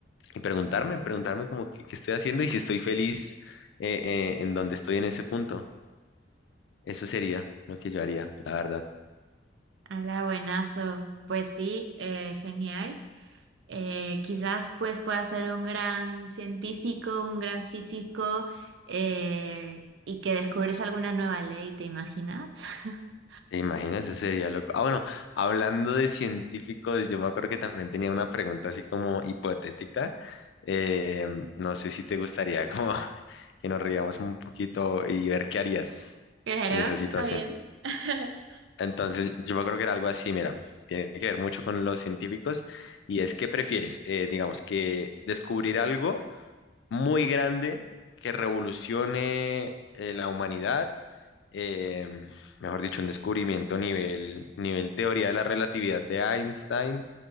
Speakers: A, on the left (about 65°); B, on the right (about 65°).
A: y preguntarme, preguntarme como qué, qué estoy haciendo y si estoy feliz eh, eh, en donde estoy en ese punto. Eso sería lo que yo haría, la verdad.
B: Hola, buenazo. Pues sí, eh, genial. Eh, quizás pues pueda ser un gran científico, un gran físico eh, y que descubres alguna nueva ley, ¿te imaginas? <laughs>
A: ¿Te imaginas? Eso sería loco. Ah, bueno, hablando de científicos, yo me acuerdo que también tenía una pregunta así como hipotética. Eh, no sé si te gustaría como <laughs> que nos riamos un poquito y ver qué harías
B: Claro,
A: en esa situación.
B: está bien. <laughs>
A: Entonces, yo me acuerdo que era algo así, mira, tiene que ver mucho con los científicos y es qué prefieres, Eh, digamos, que descubrir algo muy grande que revolucione eh, la humanidad, eh, mejor dicho, un descubrimiento nivel, nivel teoría de la relatividad de Einstein,